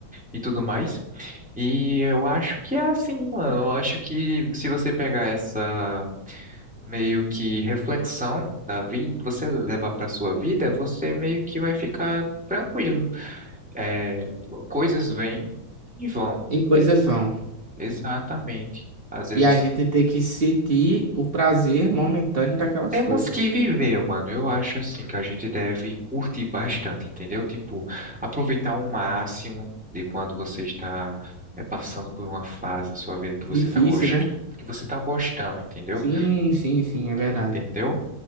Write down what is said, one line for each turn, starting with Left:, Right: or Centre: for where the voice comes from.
Centre: E tudo mais. E eu acho que é assim, mano. Eu acho que se você pegar essa meio que reflexão da vida, você levar pra sua vida, você meio que vai ficar tranquilo. É, coisas vêm e vão.
Right: E coisas vão.
Centre: Exatamente. Às vezes
Right: E a gente tem que sentir o prazer momentâneo daquelas
Centre: temos
Right: coisas.
Centre: que viver, mano. Eu acho assim que a gente deve curtir bastante, entendeu? Tipo, aproveitar o máximo de quando você está é, passando por uma fase da sua vida que
Right: Difícil,
Centre: você está gost...
Right: né?
Centre: que você tá gostando, entendeu?
Right: Sim, sim, sim, é verdade.
Centre: entendeu?